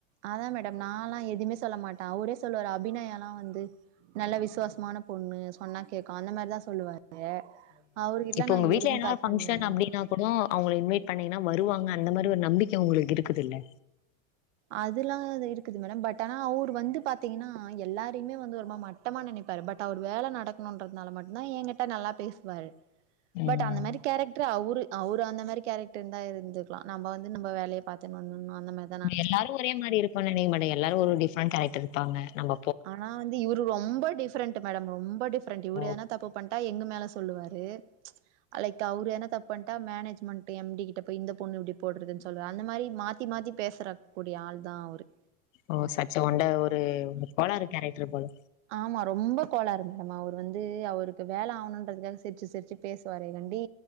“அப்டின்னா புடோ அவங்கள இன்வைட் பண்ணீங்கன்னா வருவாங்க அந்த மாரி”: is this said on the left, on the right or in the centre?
Left